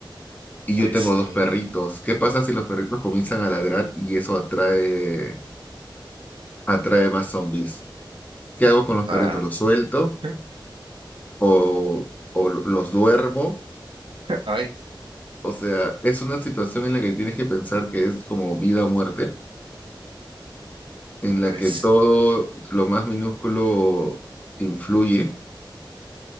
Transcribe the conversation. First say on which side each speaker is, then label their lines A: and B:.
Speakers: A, on the left; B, on the right.
A: Y
B: ay,
A: yo tengo
B: sí.
A: dos perritos. ¿Qué pasa si los perritos comienzan a ladrar y eso atrae, atrae más zombies? ¿Qué hago con los
B: Ah,
A: perritos? ¿Los suelto
B: <laughs>
A: o, o los duermo?
B: ay,
A: O sea, es una situación en la que tienes que pensar que es como vida o muerte, en la
B: ay,
A: que
B: s-
A: todo lo más minúsculo influye.